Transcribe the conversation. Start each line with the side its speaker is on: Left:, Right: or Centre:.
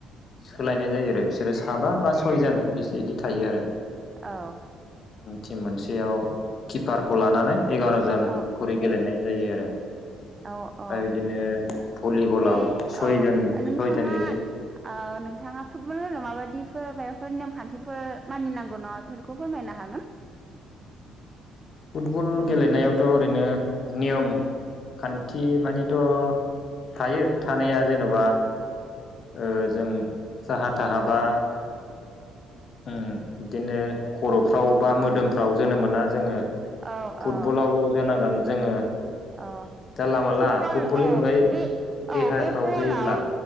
Left: सोलायनाय नाय जायो आरो बिसोरो साबा बा सयजोन बिदि थायो आरो
Right: औ
Left: टिम मोनसेयाव किपार खौ लानानै एगार जन
Right: औ
Left: खरै गेलेनाय जायो आरो
Right: औ
Left: ओमफ्राय
Right: औ
Left: बिदिनो भलिबलाव
Right: बे
Left: सयजन
Right: औ नोंथाङा
Left: सयजन गेलेयो
Right: ओ नोंथाङा फुटबल गेलाव माबायदिफोर माबाफोर नेमखान्थिफोर मानिनांगौ नङा बेफोरखौ फोरमायनो हागोन
Left: फुटबल
Right: बेबायदि
Left: गेलेनायावथ' ओरैनो नियम खान्थि मानिथ थायो थानाया जेनबा ओ जों साहा थाहा बा उम बिदिनो खर'फ्राव बा मोदोमफ्राव जोनो मोना जोङो। फुटबल
Right: औ औ
Left: आवल जोनांगोन जोङो
Right: औ
Left: जानला मानला
Right: फुटबल
Left: फुटबलनि
Right: औ
Left: अनगायै
Right: बे
Left: देहाफ्राव
Right: औ बे बलाव
Left: जोयोब्ला